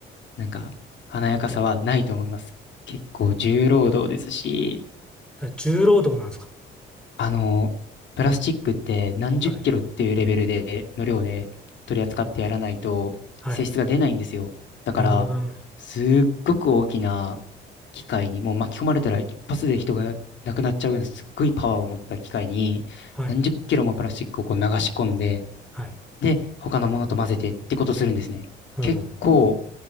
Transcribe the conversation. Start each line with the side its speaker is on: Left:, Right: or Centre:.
Left: なんか華やかさはないと思います。結構重労働ですし、
Centre: 重労働なんですか
Left: あの、プラスチックって何十キロっていうレベルで、
Centre: はい。
Left: の量で取り扱ってやらないと性質が出ないんですよ。
Centre: はい。
Left: だから、
Centre: あー
Left: すっごく大きな機械に、もう巻き込まれたら一発で人が亡くなっちゃうようなすっごいパワーを持った機械に、
Centre: はい。
Left: 何十キロもプラスチックをこう流し込んで、
Centre: はい。
Left: で、他のものと混ぜてってことするんですね。
Centre: うん。
Left: 結構、